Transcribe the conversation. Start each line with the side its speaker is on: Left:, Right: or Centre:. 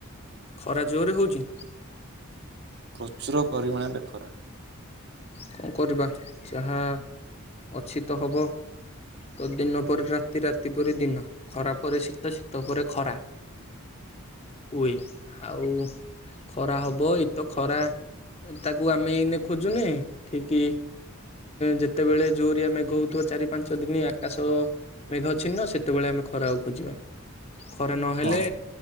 Left: ଖରା ଜୋରରେ ହଉଛି।
Right: ପ୍ରଚୁର ପରିମାଣରେ ଖରା
Left: କଣ କରିବା ଯାହା ଅଛି ତ ହବ ତ ଦିନ ପରେ ରାତି ରାତି ପ ଦିନ ଖରା ପରେ ଶୀତ ଶୀତ ପରେ ଖରା ହୁଏ ଆଉ ଖରା ହବ ଏଇତ ଖରା ତାକୁ ଆମେ ଏଇନେ ଖୋଜୁନେ ଠିକ କି ଯେତେବେଳେ ଜୋରିଆ ମେଘ ହଉଥିବ ଚାରି ପାଞ୍ଚ ଦିନି ଆକାଶ ମେଘ ଛିନ୍ନ ସେତେବେଳେ ଆମେ ଖରା ଖୋଜିବା। ଖରା ନହେଲେ
Right: ହଁ